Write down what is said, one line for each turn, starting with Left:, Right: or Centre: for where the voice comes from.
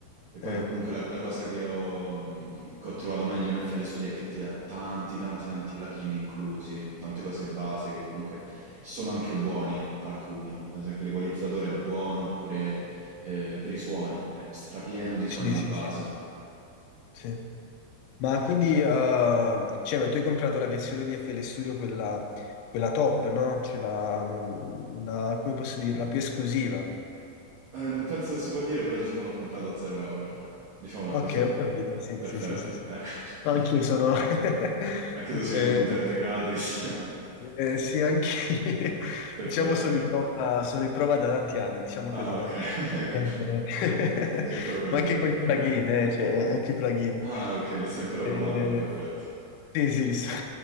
Right: E poi
Left: Eh,
Right: comunque la, la cosa che ho, mh, che ho trovato meglio in FL Studio è che ti dà tanti tanti tanti plugin inclusi, tante cose base che comunque sono anche buoni alcuni, ad esempio l'equalizzatore è buono oppure eh, per i suoni, è strapieno di suoni
Left: sì,
Right: di
Left: sì, sì,
Right: base.
Left: sì, sì. Ma quindi, eh, cioè, ma tu hai comprato la versione di FL Studio, quella, quella top, no? Cioè, la, la- come posso dire, la più esclusiva.
Right: Eh, non penso che si può dire, però diciamo l'ho comprato a 0 euro. Diciamola così.
Left: Ok, ho capito, sì,
Right: Perfetto,
Left: sì, sì, sì. sì.
Right: ecco.
Left: No, anch'io
Right: <laughs>
Left: sono... <laughs>
Right: Anche tu sei
Left: eh,
Right: un utente gratis. <laughs>
Left: Eh, sì, anche lì, <laughs>
Right: Perfetto,
Left: diciamo, sono
Right: perfetto.
Left: in prova, sono in prova da tanti anni, diciamo
Right: Ah,
Left: così,
Right: ok,
Left: dai.
Right: <laughs> ecco.
Left: Eh, <laughs>
Right: Sei in prova gratuita,
Left: ma anche con
Right: perfetto.
Left: i plugin, eh, cioè, anche i plugin.
Right: Ah, ok, li stai ancora
Left: Eh,
Right: provando, perfetto.
Left: sì, sì, li sto-